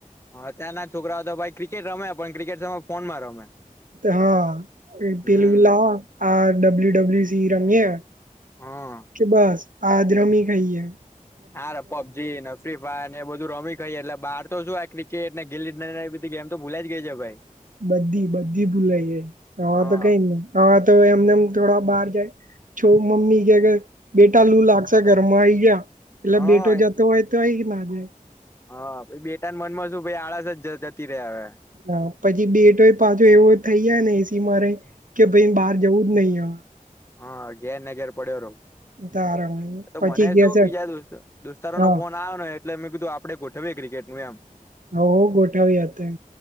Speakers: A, on the left; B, on the right.
A: હ ત્યાંના છોકરાઓ તો ભાઈ ક્રિકેટ રમે પણ ક્રિકેટ ફોનમાં રમે.
B: હા
A: હમ
B: પલલા આ ડબલ્યુ ડબલ્યુ સી રંગે.
A: હા
B: કે બસ આદ્રમી કાઈએ.
A: હા ર પબજી ને ફ્રી ફાયર ને એ બધું રમી ખાઈ એટલે બાર તો શું આ ક. કે એ ગે બધ ગ એમ તો ભૂલાઈ જ ગઈ છે ભાઈ.
B: બધી બધી ભૂલાઈ જાય હવા
A: હા
B: તો કઈ નહી આ તો એમનેમ થોડા બહાર જાય. છો મમ્મી કે કે બેટા લું લાગશે ઘરમાં આઈ ગયા એટલે
A: હા
B: બેટો જતો હોય. જોય કે નાજાય.
A: હા બેટા મનમાં શું ભ આળસ જ જતી રહ્યા હવે.
B: હા પછી બેટોય પાછો એવો થઈ જાય ને એસી મારે. કે ભાઈ બહાર જવું જ નહીિ હવે.
A: હા ઘેરને ઘેર પડ્યો ર.
B: તારા વાળી.
A: તો
B: પછી
A: મને
B: કે
A: શું
B: છે
A: બીજાસ્ દોસ્તારો
B: હા
A: નો ફોન આવ્યો ને એટલે મેં કીધું આપડે ગોઠવી. ક્રિકેટ નું એમ.
B: હ ગોઠાવી આ હતા